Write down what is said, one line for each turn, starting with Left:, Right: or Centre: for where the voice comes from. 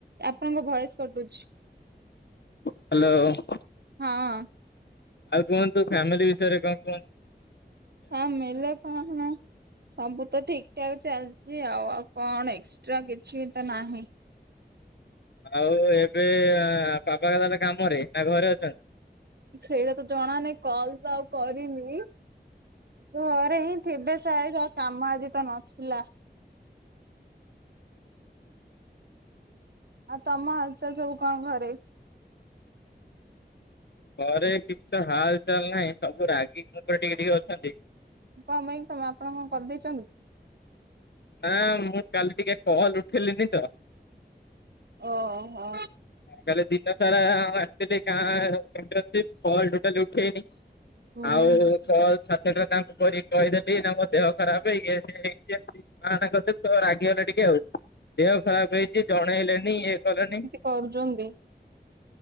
Right: ଆପଣଙ୍କ ଭଏସ୍ କଟୁଛି।
Left: ହ୍ୟାଲୋ।
Right: ହଁ।
Left: ଆଉ କୁହନ୍ତୁ, ଫ୍ୟାମିଲି ବିଷୟରେ କଁ କୁଅଁନ୍?
Right: ଫ୍ୟାମିଲ୍ଲେ କଣ! ସବୁ ତ ଠିକ୍ ଠାକ୍ ଚାଲିଚି ଆଉ, ଆଉ କଣ ଏକ୍ସଟ୍ରା କିଛି ତ ନାହିଁ?
Left: ଆଉ ଏବେ ଆଁ <unintelligible> ତାହେନେ କାମରେ ନା ଘରେ ଅଛନ୍ତି?
Right: ସେଇଟା ତ ଜଣାନାଇ, କଲ୍ ତ ଆଉ କରିନି! ଘରେ ହିଁ ଥିବେ ସାଏଦ! ଆଉ କାମ ଆଜି ତ ନଥିଲା। ଆଉ, ତମ ହାଲ୍ ଚାଲ୍ ସବୁ କଣ ଘରେ?
Left: ଘରେ କିଛ ତ ହାଲ୍ ଚାଲ୍ ନାହିଁ, ସବୁ ରାଗିକି ମୋ ଉପରେ ଟିକେ ଟିକେ ଅଛନ୍ତି।
Right: କଣ ପାଇଁ? ତମେ ଆପଣ କଣ କରିଦେଇଚନ୍ତି?
Left: ନାଁ, ମୁଁ କାଲି ଟିକେ କଲ୍ ଉଠେଇଲିନି ତ!
Right: ଓହ!
Left: କାଲି ଦିନ ସାରା-ଆଁ ଆସିିଥିଲି ଗାଁ <unintelligible> କଲ୍ ଟୋଟାଲି ଉଠେଇନି।
Right: ହୁଁ
Left: ଆଉ
Right: ହୁଁ।
Left: କଲ୍ ସାତ ଟା ତାଙ୍କୁ କରି କହିଦେବି, ନା ମୋ ଦେହ ଖରାପ ଇଏ ସିଏ ହେଇଚି <unintelligible> ମାନେ ତାଙ୍କର <unintelligible> ତ ରାଗିଗଲେ ଟିକେ ଆଉ, ଦେହ ଖରାପ ହେଇଚି ଜଣେଇଲେନି ଇଏ କଲେନି।
Right: କରୁଚନ୍ତି।